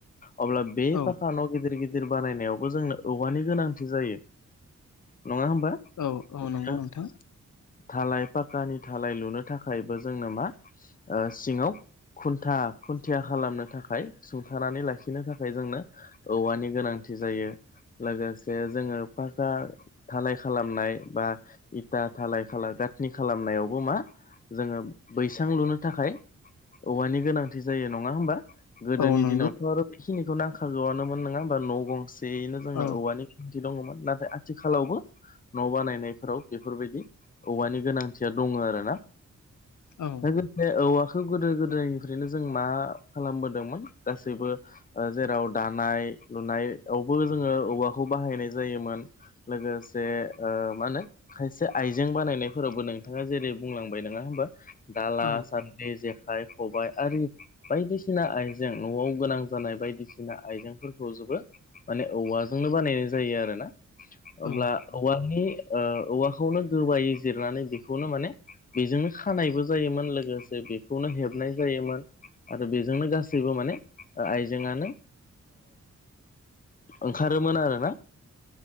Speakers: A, on the left; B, on the left.
A: अब्ला बे
B: औ
A: फाखा गिदिर गिद दिर बानायनायावबो जोंनो औवानि गोनांथि जायो नङा होमबा
B: औ-औ नंगौ
A: ओ
B: नोंथां
A: धालाय पाक्कानि थालाय लुनो थाखायबो जोंनो मा ओ सिङाव खुन्था खुन्थिया खालामनो थाखाय सुंथानानै लाखिनो थाखाय जोंनो औवानि गोनांथि जायो लोगोसे जोङो पाका धालाय खालामनाय बा इथा धालाय खालाम गाथनि खालामनायावबो मा जोङो बैसां लुनो थाखाय औवानि गोनांथि जायो नङा होमबा गोदोनि
B: औ नंगौ
A: दिनावथ' आरो बेखिनिखौ नांखागौ आनोमोन नङा होमबा न गंसेयैनो जोंनो
B: औ
A: औवानि बिदि दङमोन नाथाय आथिखालावबो न' बानायनायफोराव बेफोरबायदि औवानि गोनांथिया दङ आरोना
B: औ
A: <unintelligible> औवाखौ गोदो गोदायनिफ्रायनो जों मा खालामबोदोंमोन गासैबो जेराव दानाय लुनायावबो जोङो औवाखौ बाहायनाय जायोमोन लोगोसे मा होनो खायसे आइजें बानायनायफोरावबो नोंथाङा जेरै बुंलांबाय नङा होमबा दाला
B: औ
A: सान्द्रिर जेखाइ खबाइ आरि बायदिसिना आय जों न'वाव गोनां जानाय बायदिसिना आइजेंफोरखौ जोबो माने औवाजोंनो बानायनाय जायो आरोना
B: औ
A: अब्ला औवानि औवाखौनो गोबायै जिरनानै बेखौनो माने बेजोंनो खानायबो जायोमोन लोगोसे बेखौनो हेबनाय जायोमोन आरो बेजोंनो गासै गासैबो माने आइजेंआनो ओंखारोमोन आरो ना